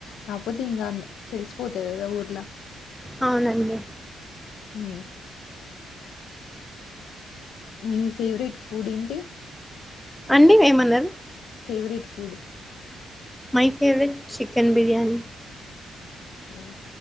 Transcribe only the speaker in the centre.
అవునండి
అండి ఏమన్నారు
my favourite chicken biryani